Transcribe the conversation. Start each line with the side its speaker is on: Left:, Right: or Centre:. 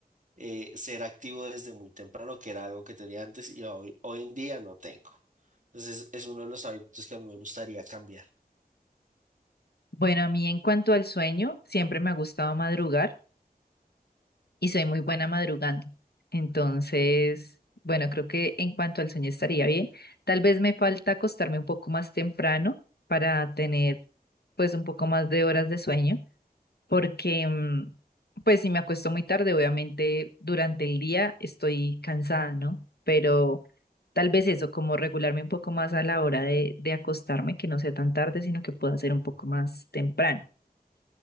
Right: eh, ser activo desde muy temprano, que era algo que tenía antes y hoy, hoy en día no tengo. Entonces es uno de los hábitos que a mí me gustaría cambiar.
Left: Bueno, a mí en cuanto al sueño, siempre me ha gustado madrugar y soy muy buena madrugando. Entonces, bueno, creo que en cuanto al sueño estaría bien. Tal vez me falta acostarme un poco más temprano para tener pues un poco más de horas de sueño, porque mm, pues si me acuesto muy tarde, obviamente durante el día estoy cansada, ¿no? Pero tal vez eso, como regularme un poco más a la hora de, de acostarme, que no sea tan tarde, sino que pueda ser un poco más temprano.